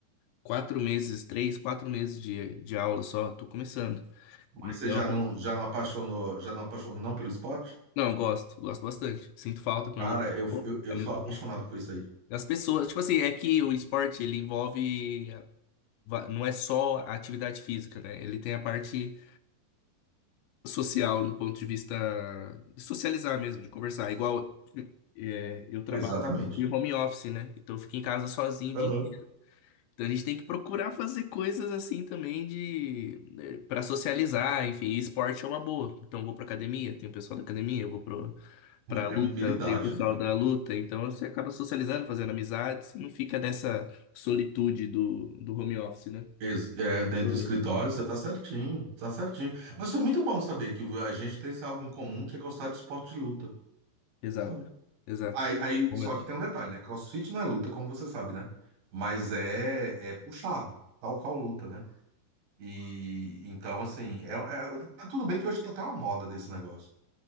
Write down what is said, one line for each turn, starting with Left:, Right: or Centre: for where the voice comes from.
Left: quatro meses, três, quatro meses de, de aula só, tô começando.
Right: Mas
Left: Então,
Right: você já não, já não apaixonou, já não apaixonou não pelo esporte?
Left: não, gosto, gosto bastante. Sinto falta quando
Right: Cara,
Left: não
Right: eu,
Left: vou,
Right: eu, eu
Left: é muito
Right: sou apaixonado
Left: bom.
Right: por isso aí.
Left: As pessoas, tipo assim, é que o esporte, ele envolve, va- não é só a atividade física, né? Ele tem a parte social, no ponto de vista de socializar mesmo, de conversar. Igual, é, eu trabalho
Right: Exatamente.
Left: de home office, né? Então, eu fico em casa sozinho o
Right: Aham.
Left: dia Então a gente tem que procurar fazer coisas assim também de para socializar, enfim, e esporte é uma boa. Então eu vou para academia, tem o pessoal da academia, eu vou pro, para
Right: É
Left: luta,
Right: mobilidade,
Left: tem o pessoal
Right: né?
Left: da luta, então você acaba socializando, fazendo amizades, e não fica dessa solitude do, do home office, né?
Right: Ex- É, dentro
Left: Aproveita.
Right: do escritório, você tá certinho, tá certinho. Mas foi muito bom saber que a gente tem esse algo em comum que é gostar de esporte de luta,
Left: Exato.
Right: sabe?
Left: Exato.
Right: Aí, aí,
Left: Bom
Right: só
Left: mesmo.
Right: que tem um detalhe, né? CrossFit não é luta, como você sabe, né? Mas é, é puxado, tal qual luta, né? E então, assim, é, é- tá tudo bem que hoje tá até uma moda desse negócio,